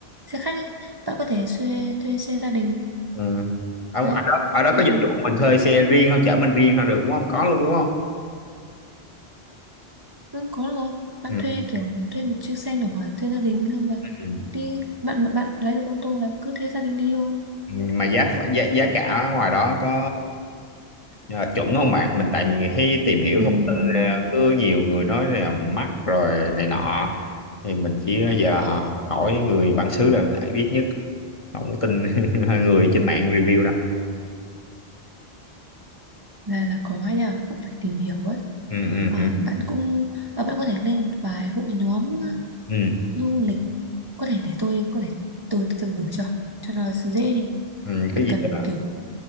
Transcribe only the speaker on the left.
ừ ở,
ở đó ở đó
có dịch
vụ mình thuê xe riêng không chở mình riêng không được đúng không có luôn đúng không
ừ
ừ.
mà giá ph- giá giá cả ở ngoài đó có ờ, chuẩn không bạn mình tại mình hay tìm hiểu
thông tin ờ, cứ nhiều người nói là mắc rồi này nọ thì mình chỉ ờ, giờ hỏi người bản xứ là đại biết nhất không có tin <laughs> người trên mạng review đâu
ừ ừ
ừ
ừ
ừ,
cái gì
đó